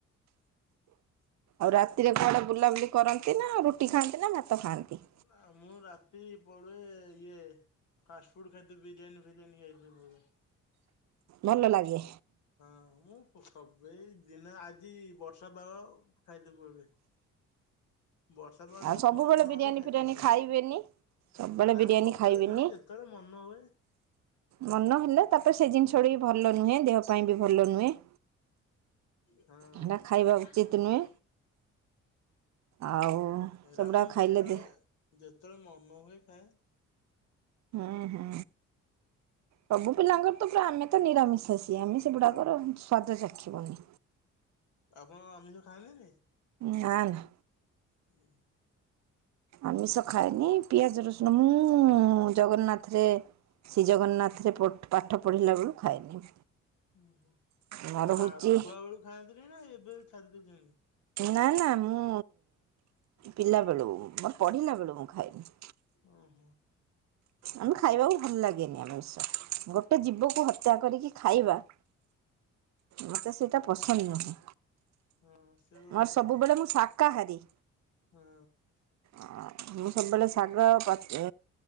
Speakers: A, on the right (about 65°); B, on the left (about 80°).
A: ଆଉ ରାତିରେ କଣ ବୁଲାବୁଲି କରନ୍ତି ନା ରୁଟି ଖାଆନ୍ତି ନା ଭାତ ଖାଆନ୍ତି?
B: ନା ମୁଁ ରାତି ପଳୁଏ ଇଏ ଫାଷ୍ଟ୍ ଫୁଡ୍ ଖାଇ ବିରିୟାନି ଫିରିୟାନି ଖାଇ। <unintelligible>
A: ଭଲ ଲାଗେ
B: ହଁ ମୁଁ ପୁ ସବେ ଇ ଦିନ ଆଜି ବର୍ଷା ପାଗ ଖାଇତେ ପଳୁଏ। ବର୍ଷା ପାଗ
A: ଆଉ
B: ଯେବେ
A: ସବୁବେଳେ
B: ମନ
A: ବିରିୟାନୀ
B: ହବ ଖାଇତେ
A: ଫିରିୟାନୀ
B: ପଳୁଏ।
A: ଖାଇବେନି ସବୁବେଳେ
B: ନା
A: ବିରିୟାନୀ
B: ମ ସବୁବେଳେ
A: ଖାଇବେନି
B: ନୁହେଁ ଯେତେବେଳେ ମନ ହୁଏ।
A: ମନ ହେଲେ ତାପରେ ସେଇ ଜିନିଷ ଗୁଡ଼ ବି ଭଲନୁହେଁ ଦେହ ପାଇଁ ବି ଭଲ ନୁହେଁ।
B: ହଁ
A: ହେଟା ଖାଇବା ଉଚିତ
B: ହଁ
A: ନୁହେଁ ଆଉ
B: ଏରା
A: ସେଗୁଡା
B: ମୁଁ
A: ଖାଇଲେ
B: ଯେତେଳେ
A: ଦେ
B: ଯେତେଳେ ମନ ହୁଏ ଖାଏ।
A: ହୁଁ ହୁଁ ସବୁ ପିଲାଙ୍କର ତ ପୁରା ଆମେ ତ ନିରାମିଷାସି ଆମେ ସେଗୁଡ଼ାକର ସ୍ୱାଦ ଚାଖିବୁନି।
B: ଆପଣ ଆମିଷ ଖାନ୍ତିନି?
A: ନା ନା।
B: ହୁଁ।
A: ଆମିଷ ଖାଏନି ପିଆଜ ରସୁଣ ମୁଁ ଜଗନ୍ନାଥରେ ଶ୍ରୀ ଜଗନ୍ନାଥରେ ପଟ ପାଠ ପଢ଼ିଲା ବେଳୁ ଖାଏନି।
B: ଉଁ ହୁଁ
A: ମୋର ହଉଛି
B: ଆଉ ଆ ଛୁଆ ବେକୁ ଖାଆନ୍ତିନି ନା ଏବେ ଛାଡ଼ି ଦେଇଛନ୍ତି?
A: ନାଁ ନାଁ ମୁଁ ପିଲାବେଳୁ ମୋର ପଢିଲା ବେଳୁ ମୁଁ ଖାଇନି।
B: ହୁଁ ହୋଁ
A: ଆମେ ଖାଇବାକୁ ଭଲ ଲାଗେନି ଆମିଷ ଗୋଟେ ଜୀବକୁ ହତ୍ୟା କରିକି ଖାଇବା ମତେ ସେଇଟା ପସନ୍ଦ ନୁହେଁ।
B: ହଁ ସେଇଭଳିଆ
A: ମୋର ସବୁବେଳେ
B: କଥା
A: ମୁଁ ଶାକାହାରୀ।
B: ହଁ
A: ଅଁ ମୁଁ ସବୁବେଳେ ଶାଗ-ଉଁ